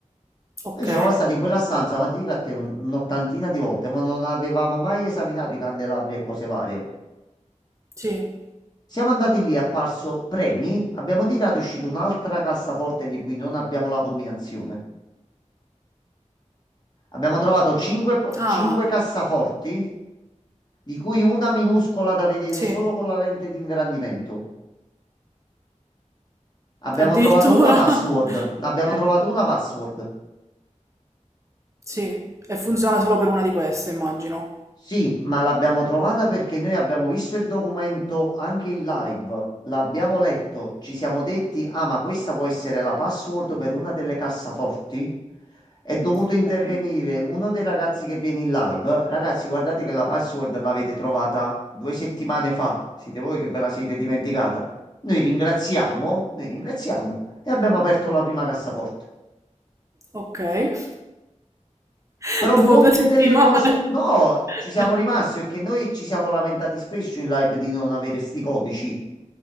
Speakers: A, on the right (about 25°); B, on the left (about 35°).
A: ok.
B: Noi siamo stati in quella stanza, ma ti dico a te, un- un'ottantina di volte, ma non avevamo mai esaminato i candelabri e cose varie.
A: Sì.
B: Siamo andati lì, è apparso premi, abbiamo tirato e è uscito un'altra cassaforte di cui non abbiamo la combinazione. Abbiamo trovato 5,
A: Ah,
B: 5 cassaforti, di cui una minuscola da vedere
A: sì.
B: solo con la lente di ingrandimento. Abbiamo
A: Addirittura.
B: trovato una password.
A: <laughs>
B: Abbiamo
A: Ok.
B: trovato una password.
A: Sì, e funziona solo per una di queste, immagino.
B: Sì, ma l'abbiamo trovata perché noi abbiamo visto il documento anche in live, l'abbiamo letto, ci siamo detti, ah, ma questa può essere la password per una delle cassaforti. È dovuto
A: Okay,
B: intervenire uno dei ragazzi che viene in live. Ragazzi, guardate che la password l'avete trovata due settimane fa. Siete voi che ve la siete dimenticata. Noi ringraziamo, noi ringraziamo e abbiamo aperto la prima cassaforte.
A: okay. <laughs>
B: Però
A: Dopo
B: molte
A: 2 settimane.
B: delle cose, no, ci siamo
A: <laughs>
B: rimasti perché noi ci siamo lamentati spesso in live di non avere sti codici.